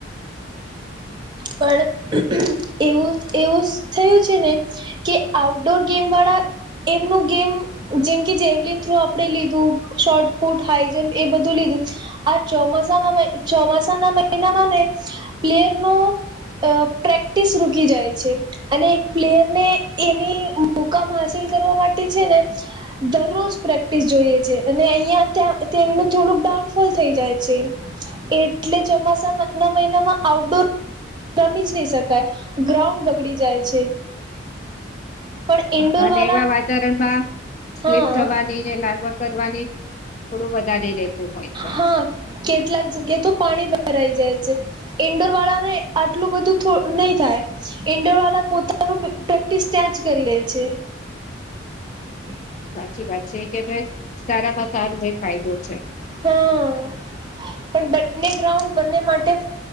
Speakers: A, on the right; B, on the left.
A: પણ એવું એવું સ થયું છે ને કે આઉટડોર ગેમવાળા એમનું ગેમ જેમ કે જેવલીન થ્રો આપડે લીધું, શોર્ટપુટ, હાઈ જમ્પ એ બધું લીધું આ ચોમાસામાં મઈ ચોમાસાના મહિનામાં ને પ્લેયરનું અ પ્રેક્ટિસ રૂકી જાય છે. અને એક પ્લેયરને એની મુકામ હાસિલ કરવા માટે છે ને દરરોજ પ્રેક્ટિસ જોઈએ છે. અને અહિયાં ત્યાં તેમનું થોડુંક ડાઉનફોલ થઈ જાય છે. એટલે ચોમાસામાં ના મહિનામાં આઉટડોર રમી જ નઈ શકાય, ગ્રાઉન્ડ બગડી જાય છે. પણ
B: હા,
A: ઇન્ડોર
B: અન
A: વાલા
B: એવા વાતાવરણમાં સ્લીપ
A: હા
B: થવાનીને લાગવા કરવાની થોડું વધારે રેતું હોય છે.
A: હા કેટલાક જગ્યાએ તો પાણી ભરાઈ જાય છે. ઈન્ડોર વાળાને આટલું બધું થો નઈ થાય. ઇન્ડોરવાલા પોતાનું પ-પેક્ટિસ ત્યાં જ કર લે છે. <inaudible>
B: સાચી વાત છે. એક એનો એક સારામાં સારો એ ફાયદો છે.
A: હન. પણ બંને ગ્રાઉન્ડ બંને માટે